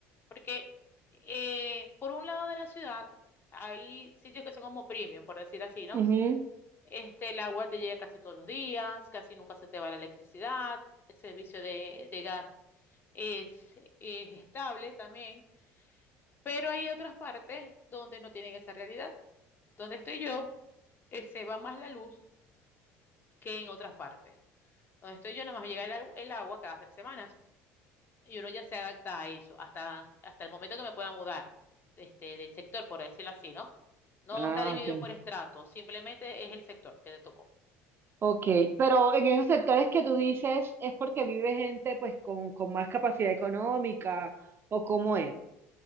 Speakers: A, on the left; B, on the right.
A: Porque eh, por un lado de la ciudad hay sitios que son como premium, por decir así, ¿no?
B: Ujú.
A: Este, el agua te llega casi todos los días, casi nunca se te va la electricidad, el servicio de, de gas es, es estable también, pero hay otras partes donde no tienen esa realidad. Donde estoy yo, eh, se va más la luz que en otras partes. Donde estoy yo, nada más llega el, agu- el agua cada tres semanas y uno ya se adapta a eso, hasta, hasta el momento que me pueda mudar este, de sector, por decirlo así, ¿no? No
B: Ah,
A: está dividido
B: ok.
A: por estrato, simplemente es el sector que te tocó.
B: Ok, pero en esos sectores que tú dices, ¿es porque vive gente pues con, con más capacidad económica o cómo es?